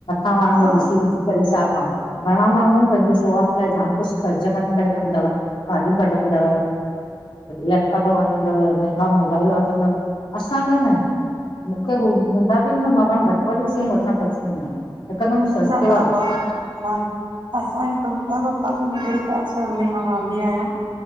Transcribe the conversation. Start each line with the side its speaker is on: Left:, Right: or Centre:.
Left: आ वाणू
Right: हा
Left: जो ॾिसी-ॾिसी करे छा काड़, घणा माण्हू पंहिंजे सुवास लाइ जाम कुझु कर्ज़ खड़ी करे कंदव गाॾु कढाईदव लैपटॉप वठंदव, मेहगा मोबाइल वठंदव, असांखे न मूंखे हूंदा बि न, मां पाण घटि वारियूं शयूं वठणु पसंद कंदी आहियां। हिकदमि सस्ते
Right: न बाबा
Left: वारी
Right: न असांजे <unintelligible> बि मिडिल क्लास फैमिली में रहंदी आहियां।